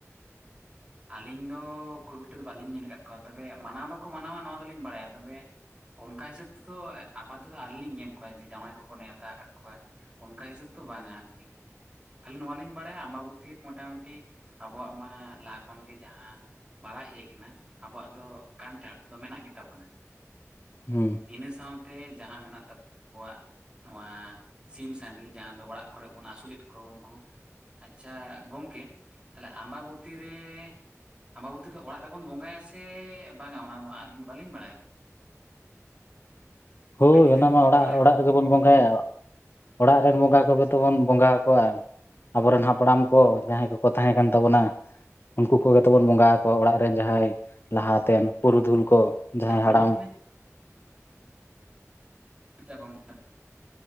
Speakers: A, on the right (about 20°); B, on the left (about 45°).
A: ᱟᱹᱞᱤᱧ ᱫᱚ ᱠᱷᱩᱵ ᱮᱠᱴᱟ ᱫᱚ ᱵᱟᱟᱹᱞᱤᱧ ᱧᱮᱞ ᱟᱠᱟᱫ ᱠᱚᱣᱟ ᱛᱚᱵᱮ ᱢᱟᱱᱟᱣ ᱫᱚᱠᱚ ᱢᱟᱱᱟᱣᱟ ᱱᱚᱣᱟ ᱫᱚᱞᱤᱧ ᱵᱟᱲᱟᱭᱟ ᱛᱚᱵᱮ ᱚᱱᱠᱟ ᱦᱤᱥᱟᱹᱵᱽ ᱛᱮᱫᱚ ᱟᱯᱟᱛᱚ ᱟᱣᱨᱤ ᱞᱤᱧ ᱧᱮᱞ ᱠᱚᱣᱟ ᱡᱮ ᱡᱟᱶᱟᱭ ᱠᱚᱠᱚ ᱱᱮᱣᱛᱟ ᱟᱠᱟᱫ ᱠᱚᱣᱟ, ᱚᱱᱠᱟ ᱦᱤᱥᱟᱹᱵᱽ ᱫᱚ ᱵᱟᱝᱟ ᱟᱨᱠᱤ᱾ ᱠᱷᱟᱞᱤ ᱱᱚᱣᱟ ᱞᱤᱧ ᱵᱟᱲᱟᱭᱟ ᱟᱢᱵᱟᱵᱩᱛᱤ ᱢᱚᱴᱟᱢᱩᱴᱤ ᱟᱵᱚᱣᱟᱜ ᱢᱟ ᱞᱟᱦ ᱠᱷᱚᱱ ᱜᱮ ᱡᱟᱦᱟᱸ ᱵᱟᱲᱟᱭ ᱦᱮᱡ ᱟᱠᱟᱱᱟ ᱟᱵᱚᱣᱟᱜ ᱫᱚ ᱠᱟᱱᱴᱷᱟᱲ ᱫᱚ ᱢᱮᱱᱟᱜ ᱜᱮᱛᱟᱵᱚᱱᱟ᱾
B: ᱦᱩᱸ
A: ᱤᱱᱟᱹ ᱥᱟᱸᱣᱛᱮ ᱡᱟᱦᱟᱸ ᱢᱮᱱᱟᱜ <unintelligible> ᱟᱵᱚᱣᱟᱜᱼᱼ ᱱᱚᱣᱟ ᱥᱤᱢ ᱥᱟᱺᱰᱤ ᱡᱟᱦᱟᱸ ᱫᱚ ᱚᱲᱟᱜ ᱠᱚᱨᱮᱜ ᱵᱚᱱ ᱟᱹᱥᱩᱞᱮᱫ ᱠᱚᱣᱟ ᱩᱱᱠᱩᱼᱼ ᱟᱪᱪᱷᱟ ᱜᱚᱢᱠᱮ ᱛᱟᱦᱞᱮ ᱟᱢᱵᱟᱵᱚᱛᱤ ᱨᱮᱻ ᱟᱢᱵᱟᱵᱚᱛᱤ ᱫᱚ ᱚᱲᱟᱜ ᱨᱮᱵᱚᱱ ᱵᱚᱸᱜᱟᱭᱟ ᱥᱮ ᱵᱟᱝᱟ ᱚᱱᱟ ᱢᱟ ᱟᱹᱞᱤᱧ ᱢᱟ ᱵᱟᱹᱞᱤᱧ ᱵᱟᱲᱟᱭ ᱫᱚ᱾
B: ᱦᱳᱭ
A: ᱟᱹᱵᱤᱱ ᱡᱩᱫᱤ
B: ᱚᱱᱟᱢᱟ
A: ᱵᱤᱱ
B: ᱚᱲᱟᱜ
A: ᱵᱟᱲᱟᱭ ᱠᱷᱟᱱ
B: ᱚᱲᱟᱜ ᱨᱮᱜᱮ ᱵᱚᱱ ᱵᱚᱸᱜᱟᱭᱟ᱾ ᱚᱲᱟᱜ ᱨᱮᱱ ᱵᱚᱸᱜᱟ ᱠᱚᱜᱮ ᱛᱚᱛᱚᱵ ᱵᱚᱸᱜᱟ ᱟᱠᱚᱣᱟ᱾ ᱟᱵᱚᱨᱮᱱ ᱦᱟᱯᱲᱟᱢ ᱠᱚ ᱡᱟᱦᱟᱸᱭ ᱠᱚᱠᱚ ᱛᱟᱦᱮᱸ ᱠᱟᱱ ᱛᱟᱵᱚᱱᱟ᱾ ᱩᱱᱠᱩ ᱠᱚᱜᱮ ᱛᱚᱵᱚᱱ ᱵᱚᱸᱜᱟ ᱟᱠᱚᱣᱟ ᱚᱲᱟᱜ ᱨᱮᱱ ᱡᱟᱦᱟᱸᱭ ᱞᱟᱦᱟ ᱛᱮᱱ ᱯᱩᱨᱩᱫᱷᱩᱞ ᱠᱚ᱾ ᱡᱟᱦᱟᱸᱭ
A: ᱦᱮᱸ
B: ᱦᱟᱲᱟᱢᱼᱼ
A: ᱚᱱᱟᱞᱤᱧ <unintelligible>